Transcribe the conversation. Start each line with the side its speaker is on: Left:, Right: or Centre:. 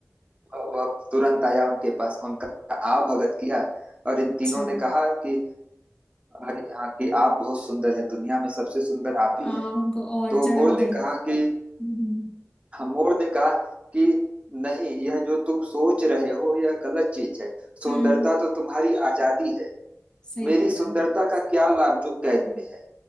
Right: वह वह तुरंत आया उनके पास उनका आवभगत किया और इन
Left: अच्छा
Right: तीनों ने कहा कि अरे हाँ कि आप बहुत सुंदर हैं दुनिया में सबसे सुंदर आप
Left: हाँ
Right: ही हैं
Left: उनको और
Right: तो
Left: चढ़ा
Right: मोर
Left: दिया
Right: ने
Left: हम्म
Right: कहा कि
Left: हम्म।
Right: हाँ, मोर ने कहा कि नहीं यह जो तुम सोच रहे हो यह गलत चीज है सुंदरता
Left: हम्म
Right: तो तुम्हारी आजादी है
Left: सही
Right: मेरी
Left: बात
Right: सुंदरता
Left: है
Right: का क्या लाभ जो कैद में है